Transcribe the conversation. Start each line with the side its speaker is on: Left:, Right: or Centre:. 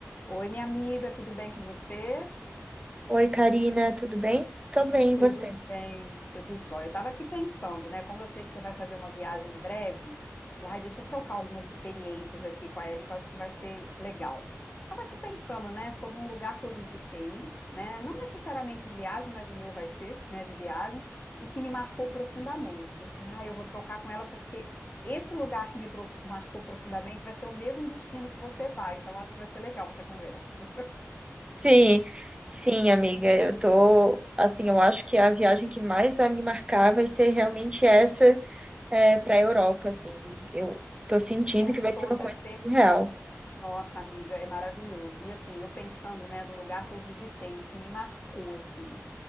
Left: Oi, minha amiga, tudo bem com você?
Right: Oi, Karina, tudo bem? Tô bem, e você?
Left: Tudo bem, tudo jóia. Eu tava aqui pensando, né? Como eu sei que você vai fazer uma viagem em breve, falei, ai, deixa eu trocar algumas experiências aqui com a Ellen, que eu acho que vai ser legal. Tava aqui pensando, né, sobre um lugar que eu visitei, né? Não necessariamente em viagem, mas o meu vai ser, né, de viagem, e que me marcou profundamente. Eu falei, ai, eu vou trocar com ela porque esse lugar que me prof- marcou profundamente vai ser o mesmo destino que você vai, então eu acho que vai ser legal essa conversa.
Right: Sim, sim, amiga, eu tô, assim, eu acho que a viagem que mais vai me marcar vai ser realmente essa é, para a Europa, assim. Eu tô sentindo
Left: Com
Right: que vai
Left: toda
Right: ser uma coisa
Left: certeza.
Right: surreal.
Left: Nossa, amiga, é maravilhoso. E assim, eu pensando, né, no lugar que eu visitei, que me marcou assim,